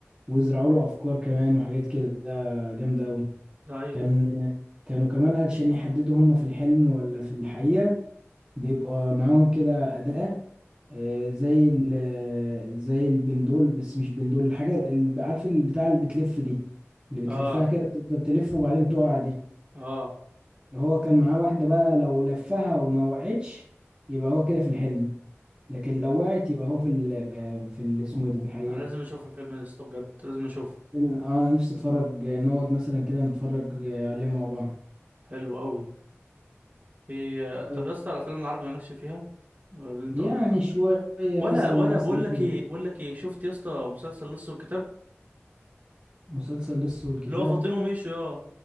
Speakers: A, on the right (about 20°); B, on the right (about 40°).
A: ويزرعوا له افكار كمان وحاجات كده جامدة اوي
B: ده أيوه
A: كان كانوا كمان علشان يحددوا هم في الحلم ولا في الحقيقة بيبقى معاهم كده أداة آه، زي ال زي البندول بس مش بندول الحاجة اللي عارف البتاع اللي بتلف دي اللي بتلفها
B: آه
A: كده بتفضل تلف وبعدين تقع دي
B: آه
A: هو كان معاه واحدة بقى لو لفها وما وقعتش يبقى هو كده في الحلم لكن لو وعيت يبقى هو في ال في ال- اسمه إيه ده في الحقيقة
B: أنا لازم أشوف الفيلم ده يسطا بجد لازم أشوفه
A: إن- آه، انا نفسي اتفرج نقعد مثلا كده نتفرج عليه مع بعض
B: حلو أوي في
A: طيب
B: طب يا اسطى الأفلام العربي مالكش فيها غير اللي أنت
A: يعني
B: قلته ده
A: شوية
B: ولا
A: مثلا
B: ولا
A: عسل
B: بقول
A: اسود
B: لك إيه بقول لك إيه شفت يا اسطى مسلسل لص والكتاب
A: مسلسل لص والكتاب
B: اللي هو فاطين وميشو آه.